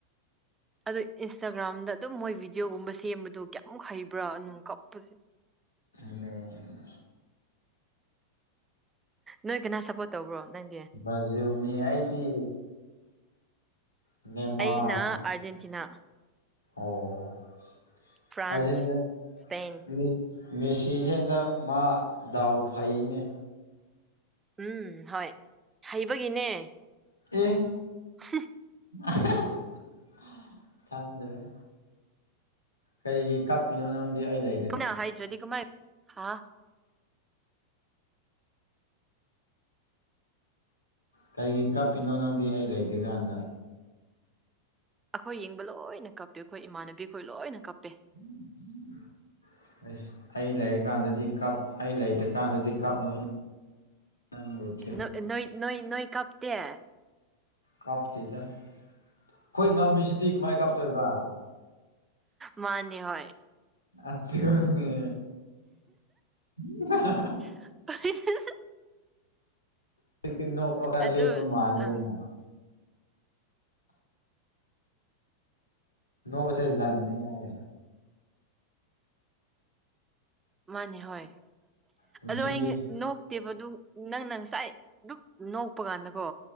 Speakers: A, on the right (about 15°); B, on the left (about 80°).
A: ꯑꯗꯨ ꯏꯟꯁꯇꯥꯒ꯭ꯔꯥꯝꯗ ꯑꯗꯨꯝ ꯃꯣꯏ ꯚꯤꯗꯤꯑꯣꯒꯨꯝꯕ ꯁꯦꯝꯕꯗꯣ ꯀꯌꯥꯃꯨꯛ ꯍꯩꯕ꯭ꯔꯥ ꯑꯗꯨꯝ ꯀꯞꯄꯁꯦ
B: ꯑꯗ <unintelligible>
A: ꯅꯣꯏ ꯀꯅꯥ ꯁꯞꯄꯣꯔꯠ ꯇꯧꯕ꯭ꯔꯣ ꯅꯪ
B: ꯕ꯭ꯔꯖꯤꯜꯅꯤ ꯑꯩꯗꯤ ꯅꯦꯃꯥꯔ
A: ꯑꯩꯅ ꯑꯥꯔꯖꯦꯟꯇꯤꯅꯥ
B: ꯑꯣ ꯑꯥꯔꯖ‌ꯦꯟꯇꯤꯅꯥ
A: ꯐ꯭ꯔꯥꯟꯁ
B: ꯃꯤ
A: ꯁ꯭ꯄꯦꯟ
B: ꯃꯦꯁꯤꯖꯦ ꯍꯟꯗꯛ ꯃꯥ ꯗꯥꯎ ꯐꯩꯅꯦ
A: ꯎꯝ ꯍꯣꯏ ꯍꯩꯕꯒꯤꯅꯦ
B: ꯑꯦ
A: ꯍꯨꯝ
B: <unintelligible> ꯈꯪꯗꯔ‌ꯦ ꯀꯩꯒꯤ ꯀꯥꯞꯄꯤꯅꯣ ꯅꯪꯗꯤ ꯑꯩ ꯂꯩ
A: ꯄꯨꯟꯅ ꯍꯩꯇ꯭ꯔꯗꯤ ꯀꯃꯥꯏ ꯍꯥ
B: ꯀꯩꯒꯤ ꯀꯞꯄꯤꯅꯣ ꯅꯪꯗꯤ ꯑꯩ ꯂꯩꯇ꯭ꯔꯤ ꯀꯥꯟꯗ
A: ꯑꯩꯈꯣꯏ ꯌꯦꯡꯕ ꯂꯣꯏꯅ ꯀꯞꯄꯦ ꯑꯩꯈꯣꯏ ꯏꯃꯥꯟꯅꯕꯤ ꯈꯣꯏ ꯂꯣꯏꯅ ꯀꯞꯄꯦ
B: <unintelligible> ꯑꯁ ꯑꯩ ꯂꯩꯔꯀꯥꯟꯗꯗꯤ ꯀꯞ ꯑꯩ ꯂꯩꯇ꯭ꯔꯀꯥꯟꯗꯗꯤ ꯀꯞ ꯅꯣꯏ ꯅꯪꯒꯨꯠ
A: ꯅ ꯅꯣꯏ ꯅꯣꯏ ꯅꯣꯏ ꯀꯞꯇ‌ꯦ
B: ꯀꯥꯞꯇꯦꯗ ꯑꯩꯈꯣꯏ ꯉꯝꯃꯤꯁꯤꯗꯤ ꯀꯃꯥꯏ ꯀꯥꯞꯇꯣꯏꯕ
A: ꯃꯥꯅꯦ ꯍ‌ꯣꯏ
B: ꯑꯥꯞꯇꯔꯨꯟꯅꯦ <unintelligible>
A: <unintelligible>
B: ꯍꯧꯖꯤꯛ ꯇꯤ ꯅꯣꯛꯄꯛ ꯈꯔ
A: ꯑꯗꯨ
B: ꯂ‌ꯦꯞꯄ ꯃꯥꯜꯂ‌ꯦꯅ
A: ꯑꯪ
B: ꯅꯣꯛꯕꯁꯦ ꯂꯥꯥꯟꯅꯤ ꯍꯥꯏ
A: ꯃꯥꯅꯦ ꯍꯣꯏ
B: ꯄꯨꯟꯁꯤꯁꯨ
A: ꯑꯗꯣ ꯑꯩ ꯉ ꯅ‌ꯣꯛ ꯅ‌ꯣꯛꯇꯦꯕꯗꯨ ꯅꯪꯅ ꯉꯁꯥꯏ ꯗꯨꯛ ꯅꯣꯛꯄ ꯀꯥꯟꯗꯀꯣ